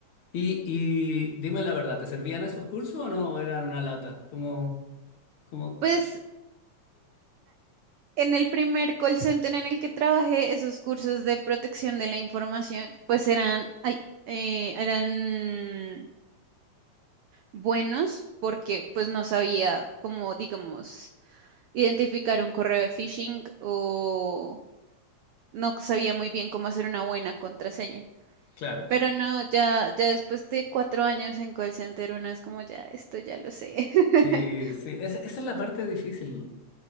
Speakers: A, on the left; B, on the right.
A: Y, y dime la verdad, ¿te servían esos cursos o no eran una lata? Como, como,
B: Pues... En el primer call center en el que trabajé, esos cursos de protección de la información, pues eran, ay, eh, eran buenos porque pues no sabía cómo, digamos, identificar un correo de phishing o no sabía muy bien cómo hacer una buena contraseña.
A: claro.
B: Pero no, ya, ya después de cuatro años en call center, uno es como, ya, esto ya lo sé. <laughs>
A: Sí, sí, esa esa es la parte difícil.